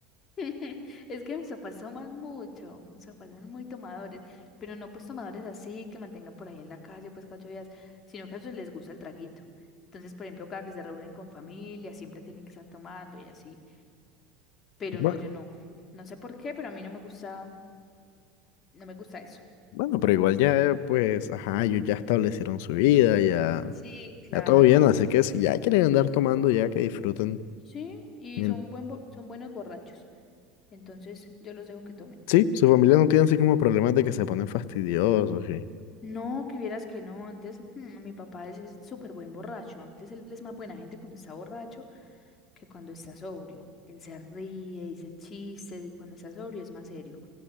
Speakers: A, on the left (about 35°); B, on the left (about 70°).
A: <laughs> Es que mis papás toman mucho, mis papás son muy tomadores, pero no pues tomadores así que mantengan por ahí en la calle pues cada ocho días, sino que a ellos les gusta el traguito. Entonces, por ejemplo, cada que se reúnen con familia, siempre tienen que estar tomando y así. Pero
B: Bueno,
A: no, yo no. No sé por qué, pero a mí no me gusta, no me gusta eso.
B: bueno, pero igual ya, pues, ajá, ellos ya establecieron su vida, ya,
A: Sí, Claro,
B: ya todo bien, así que si ya quieren andar tomando, ya que disfruten.
A: sí, y
B: Mien-
A: son buen bo- son buenos borrachos. Entonces yo los dejo que tomen.
B: Sí, su familia no tiene así como problemas de que se ponen fastidiosos y...
A: No, que vieras que no, antes mm, mi papá es es súper buen borracho. Antes él es más buena gente cuando está borracho que cuando está sobrio. Él se ríe, dice chistes y cuando está sobrio es más serio.